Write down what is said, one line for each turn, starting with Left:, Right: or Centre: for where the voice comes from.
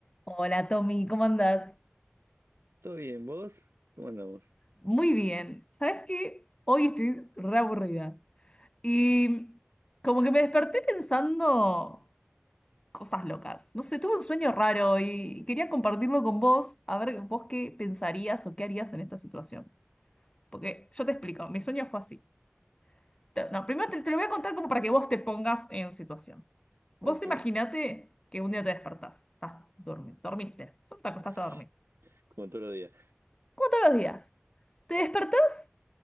Left: Hola Tommy, ¿cómo andás?
Right: ¿Todo bien? ¿Vos? ¿Cómo andamos?
Left: Muy bien. ¿Sabes qué? Hoy estoy re aburrida. Y como que me desperté pensando cosas locas. No sé, tuve un sueño raro y quería compartirlo con vos, a ver vos qué pensarías o qué harías en esta situación. Porque yo te explico, mi sueño fue así. Te- No, primero te, te lo voy a contar como para que vos te pongas en situación. Vos
Right: Ok.
Left: imaginate que un día te despertás, estás dormi- dormiste, solo te acostaste
Right: <laughs>
Left: a dormir.
Right: Como todos los días.
Left: Como todos los días. ¿Te despertás?